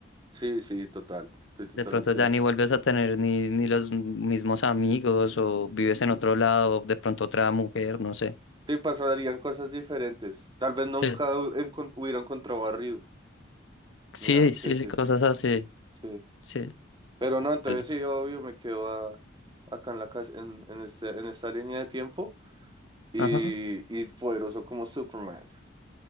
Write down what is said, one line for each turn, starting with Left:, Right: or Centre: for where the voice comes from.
Right: sí, sí, total, estoy totalmente
Left: De pronto ya
Right: de acuerdo.
Left: ni vuelves a tener ni, ni los mismos amigos o vives en otro lado, de pronto otra mujer, no sé.
Right: Sí, pasarían cosas diferentes. Tal vez nunca
Left: Sí,
Right: hu- encon- hubiera encontrado a Ryu.
Left: sí,
Right: Ya,
Left: sí,
Right: sí, sí,
Left: sí, cosas
Right: sí,
Left: así.
Right: sí.
Left: Sí,
Right: Pero no, entonces
Left: vale.
Right: sí, obvio, me quedo a- acá en la casa, en, en, este, en esta línea de tiempo y,
Left: Ajá,
Right: y poderoso como Superman.